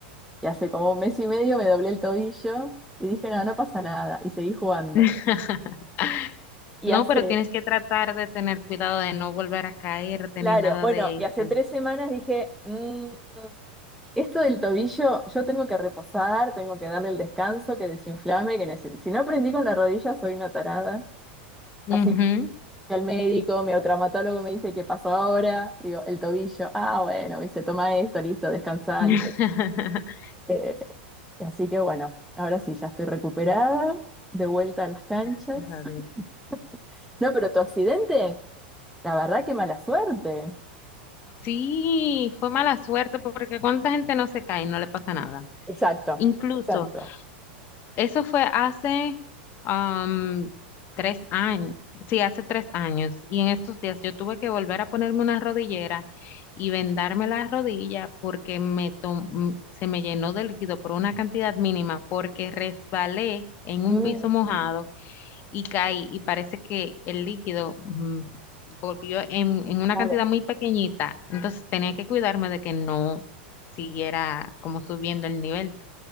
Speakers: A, in the centre; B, on the left.
A: y hace como un mes y medio me doblé el tobillo y dije, no, no pasa nada, y seguí jugando.
B: <laughs>
A: Y
B: No,
A: hace,
B: pero tienes que tratar de tener cuidado de no volver a caerte
A: claro,
B: ni nada
A: bueno,
B: de
A: y
B: eso.
A: hace tres semanas dije, "Mm, esto del tobillo, yo tengo que reposar, tengo que darle el descanso, que desinflame, que nece- si no aprendí con la rodilla soy una tarada. Así
B: Ujú.
A: que fui al médico, mi traumatólogo me dice, ¿qué pasó ahora? Digo, el tobillo, ah, bueno, me dice, toma esto, listo, descansa,
B: <laughs>
A: listo. Eh, así que bueno, ahora sí, ya estoy recuperada, de vuelta a las canchas.
B: Gracias a
A: <laughs>
B: Dios.
A: No, pero tu accidente, la verdad que mala suerte.
B: Sí, fue mala suerte porque cuánta gente no se cae y no le pasa nada.
A: Exacto,
B: Incluso
A: exacto.
B: Eso fue hace am, tres años, sí, hace tres años. Y en estos días yo tuve que volver a ponerme una rodillera y vendarme la rodilla porque me tom- m- se me llenó de líquido por una cantidad mínima porque resbalé en un
A: Mm,
B: piso mojado y caí y parece que el líquido mm, volvió en, en una
A: claro.
B: cantidad muy pequeñita. Entonces tenía que cuidarme de que no siguiera como subiendo el nivel.